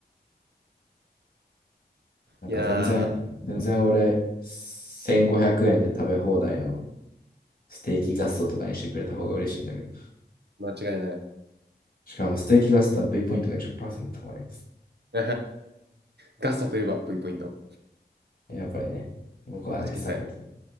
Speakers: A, on the left; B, on the right.
A: なんか全然、
B: いや
A: 全然俺、1500円で食べ放題の
B: ー、
A: ステーキガストとかにしてくれた方が嬉しいんだけど、
B: 間違いない。
A: しかもステーキガストは
B: うん
A: V ポイントが10%貯まります。
B: <laughs> ガストといえば V ポイント。
A: やっぱりね、僕はね、
B: 8決済。
A: 避けてた。